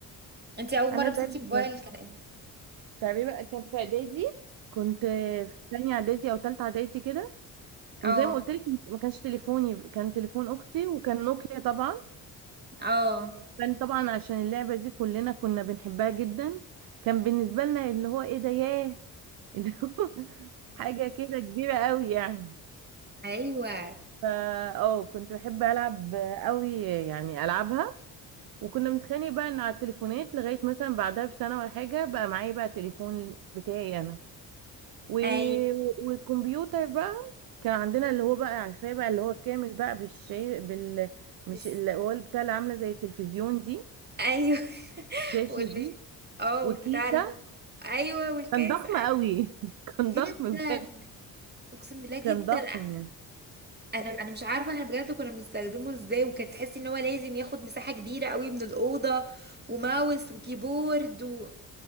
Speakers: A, on the right; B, on the right.
A: انتي اول
B: أنا
A: مره مسكتي
B: زيك
A: موبايل
B: برضه
A: كان امتى
B: الشعبية بقى كان في إعدادي كنت في تانية إعدادي أو تالتة إعدادي كده وزي
A: اه
B: ما قلت لك ما كانش تليفوني كان تليفون أختي وكان نوكيا طبعا
A: اه
B: كان طبعا عشان اللعبة دي كلنا كنا بنحبها جدا كان بالنسبة لنا اللي هو إيه ده ياه اللي هو <laughs> حاجة كده كبيرة قوي يعني
A: ايوه
B: فا اه كنت بحب ألعب قوي يعني ألعبها وكنا بنتخانق بقى إن على التليفونات لغاية مثلا بعدها بسنة ولا حاجة بقى معايا بقى تليفون بتاعي أنا و...
A: ايوه
B: والكمبيوتر بقى كان عندنا اللي هو بقى عارفاه بقى اللي هو كامل بقى بالشي بال مش
A: بس
B: اللي هو اللي بتاع اللي عامله زي التلفزيون دي
A: ايوه <laughs>
B: الشاشه
A: والب...
B: دي
A: اه
B: وكيسه
A: والبتاع ال- ايوه والكاس
B: كان ضخم
A: ايوه
B: قوي <laughs> كان
A: جدا
B: ضخم بجد
A: اقسم بالله
B: كان
A: جدا
B: ضخم يعني
A: انا انا مش عارفه احنا بجد كنا بنستخدمه ازاي وكانت تحسي ان هو لازم ياخد مساحه كبيره قوي من الاوضه وماوس وكيبورد و...